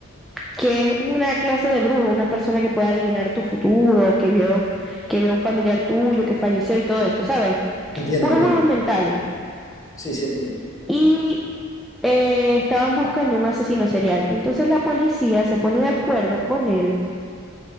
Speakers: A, in the centre; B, on the left.
A: que es una clase de brujo, una persona que puede adivinar tu futuro, que vio, que vio a un familiar tuyo que falleció y todo esto, ¿sabes?
B: Entiendo,
A: Puros
B: entiendo.
A: juegos mentales.
B: Sí, sí, entiendo.
A: Y eh, estaban buscando un asesino serial. Entonces la policía se pone de acuerdo con él